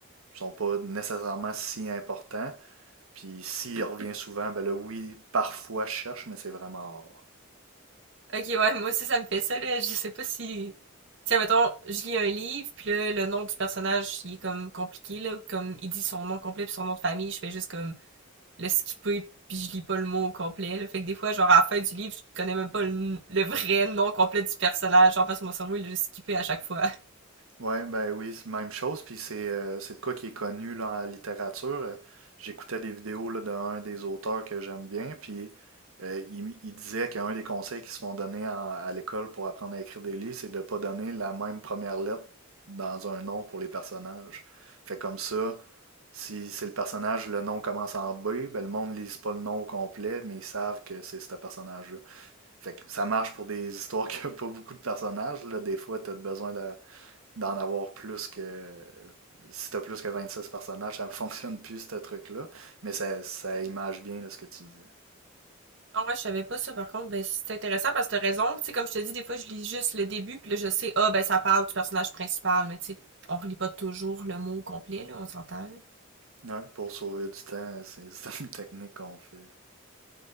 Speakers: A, on the right; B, on the right.
A: sont pas nécessairement si importants. Puis s'il revient souvent, ben là, oui, parfois je cherche, mais c'est vraiment rare.
B: Ok, ouais, moi aussi ça me fait ça, là. Je sais pas si... Tiens, mettons, je lis un livre, puis là, le nom du personnage, il est comme compliqué, là. Comme il dit son nom complet puis son nom de famille, je fais juste comme le skipper, puis je lis pas le mot au complet, là. Fait que des fois, genre, à la fin du livre, je connais même pas le, le vrai nom complet du personnage, genre, parce que mon cerveau, il le skippé à chaque fois.
A: Ouais, ben oui, c'est même chose, puis c'est euh, c'est de quoi qui est connu là, en littérature. Euh, J'écoutais des vidéos là, d'un des auteurs que j'aime bien, puis euh, il, il disait qu'un des conseils qui se font donner en- à l'école pour apprendre à écrire des livres, c'est de pas donner la même première lettre dans un nom pour les personnages. Fait comme ça, si c'est le personnage, le nom commence en B, ben le monde ne lise pas le nom au complet, mais ils savent que c'est ce personnage-là. Fait que ça marche pour des histoires <laughs> qui n'ont pas beaucoup de personnages. Là, des fois, tu as besoin de d'en avoir plus que. Si t'as plus que 26 personnages, ça ne fonctionne plus, ce truc-là. Mais ça, ça image bien là, ce que tu disais.
B: Ah ouais, je savais pas ça, par contre, ben, c'est intéressant parce que t'as raison. Tu sais, comme je te dis, des fois, je lis juste le début, puis là, je sais, ah, ben, ça parle du personnage principal, mais tu sais, on relit pas toujours le mot au complet, là, on s'entend, là.
A: Ouais, pour sauver du temps, c'est c'est une technique qu'on fait.